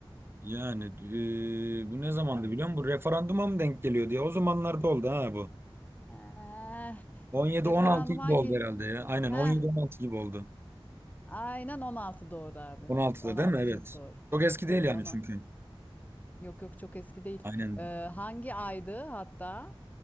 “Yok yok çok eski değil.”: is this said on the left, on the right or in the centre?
Left